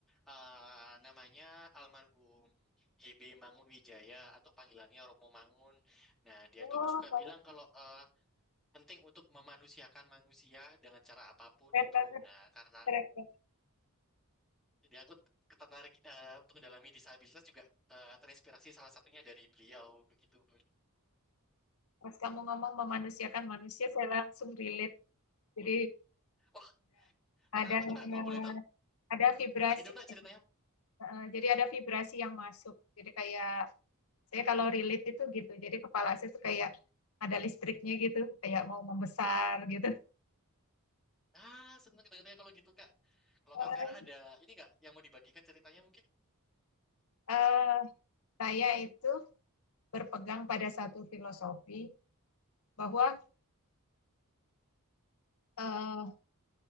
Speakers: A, in the centre; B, on the left.
A: eh, namanya almarhum HB Mangun Wijaya atau panggilannya Romo Mangun. Nah, dia
B: Oh,
A: itu suka bilang kalau eh, penting untuk memanusiakan manusia dengan cara apapun
B: keren
A: itu.
B: banget,
A: Nah, karena
B: keren banget.
A: jadi aku tertarik eh, untuk mendalami disabilitas juga eh, terinspirasi salah satunya dari beliau begitu.
B: Pas kamu ngomong memanusiakan manusia, saya langsung relate. Jadi
A: Wah,
B: ada
A: tentang apa
B: ada
A: tuh Kak? Kok boleh tahu?
B: ada vibrasi.
A: Lagi dong nak ceritanya.
B: eh, jadi ada vibrasi yang masuk. Jadi kayak saya kalau relate itu gitu. Jadi kepala saya tuh kayak ada listriknya gitu, kayak mau membesar gitu.
A: Ah, seneng dengarnya kalau gitu Kak. Kalau
B: <laughs>
A: Kak Vera ada ini nggak yang mau dibagikan ceritanya mungkin?
B: Eh, saya itu berpegang pada satu filosofi bahwa eh,